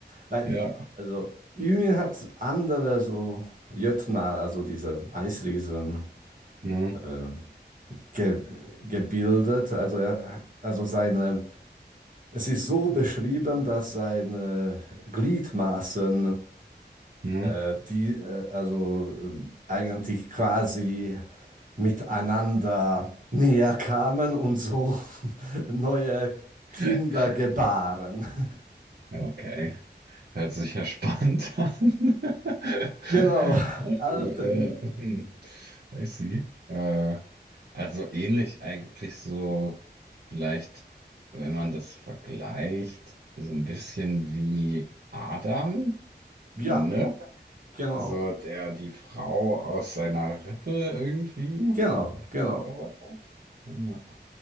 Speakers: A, on the right; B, on the right.
A: Weil,
B: Ja.
A: also Ymir hat andere so Jötnar, also diese Eisriesen,
B: Mhm.
A: äh, ge gebildet. Also, er, also seine es ist so beschrieben, dass seine Gliedmaßen,
B: Mhm.
A: äh, die äh, also ähm, eigentlich quasi miteinander näher kamen und so <laughs> neue Kinder
B: <laughs>
A: gebaren. <laughs>
B: Okay. Hört sich ja spannend an. <laughs>
A: Genau,
B: Ja.
A: alte,
B: hm. I see. Äh, also ähnlich eigentlich so, vielleicht, wenn man das vergleicht, so ein bisschen wie Adam,
A: ja,
B: ne?
A: genau,
B: So, der die Frau aus seiner Rippe irgendwie
A: genau, genau,
B: zaubert hat. Ja.